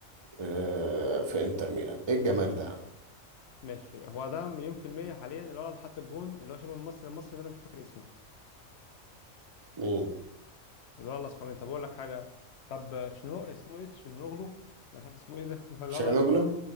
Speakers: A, on the right; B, on the left.
A: آه في انتر ميلان ايه الجمال ده يا عم
B: ماشي هو ده مليون في المية حاليا اللي هو اللي حط الجون اللي هو شبه الممثل المصري ده انا مش فاكر اسمه
A: مين
B: الولد الاصفراني طب اقول لك حاجه طب تشنو اسمه ايه تشنوغلو مش عارف اسمه ايه ده <laughs> لا
A: شاجانوجلو
B: لا اللي بتاع